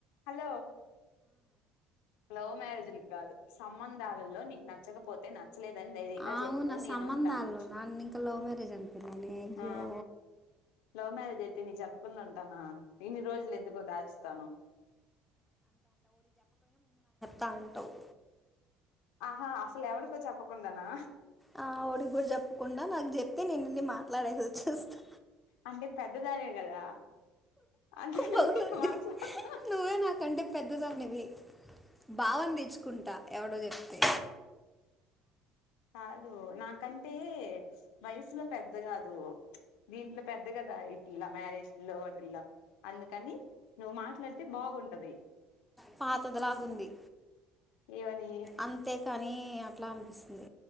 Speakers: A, on the left; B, in the centre.
A: హలో లవ్ మ్యారేజ్ లక్ గాదు సంబంధాలలో నీకు నచ్చకపోతే న చ్చలేదని ధైర్యంగా
B: అవునా
A: జెప్పు నేను
B: సంబంధాల్లో
A: ఉంటాను
B: నన్ను ఇంకా లవ్ మ్యారేజ్ అనుకున్నానే అయ్యో
A: ఆ లవ్ మ్యారేజ్ అయితే ని చేప్పకుండా ఉంటానా ఇన్ని రోజులు ఎందుకు దాచుతాను
B: తాంటవ్
A: ఆహా అసలు ఎవడికో చెప్పకుండానా
B: ఆ ఎవడిగుడా చేప్పకుండా నాకు చెప్తే నినెల్లి మాట్లాడేసి ఒచ్చేస్తా
A: అంటే పెద్దదానివి కదా అందుకని
B: పగులుద్ది
A: మాట్లాడ్తా
B: నువ్వే నాకంటే పెద్దదానివి బావని తీచ్చుకుంటా ఎవడో చెప్తే
A: కాదు నాకంటే వయసులో పెద్ద గాదు దీంట్లో పెద్ద గదా ఇట్ల మ్యారేజు ల్లో వాటిల్లో అందుకని నువ్వు మాట్లాడితే బాగుంటది
B: పాతది లాగుంది
A: ఏవని
B: అంతేకాని అట్లా అ